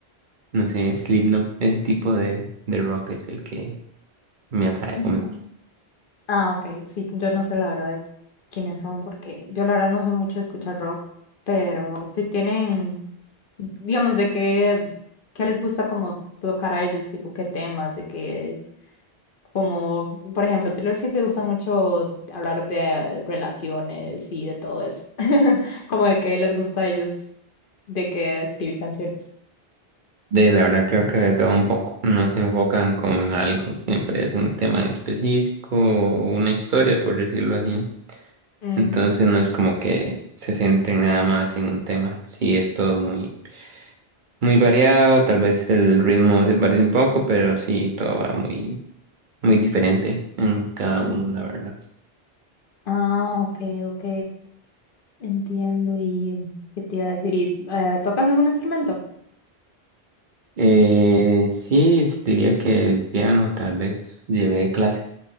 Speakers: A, on the right; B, on the left.
A: No sé, Slipknot, ese tipo de, de rock es el que me atrae
B: mm.
A: o me gusta.
B: Ah, ok, sí, yo no sé la verdad de quiénes son porque yo la verdad no soy mucho de escuchar rock, pero si tienen, digamos, de qué, qué les gusta como tocar a ellos, tipo qué temas, de qué Como, por ejemplo, Taylor Swift le gusta mucho hablar de relaciones y de todo eso. <laughs> Como de que les gusta a ellos, de que escribir canciones.
A: De la verdad creo que de todo un poco, no se enfocan como en algo, siempre es un tema en específico o una historia, por decirlo así.
B: Mm.
A: Entonces no es como que se centren nada más en un tema. Sí, es todo muy, muy variado, tal vez el ritmo se parece un poco, pero sí, todo va muy, muy diferente en cada
B: Mm.
A: uno, la verdad.
B: Ah, ok, ok. Entiendo. ¿Y em, qué te iba a decir? ¿Y, eh, tocas algún instrumento?
A: Eh, sí, diría que el piano tal vez llevé clases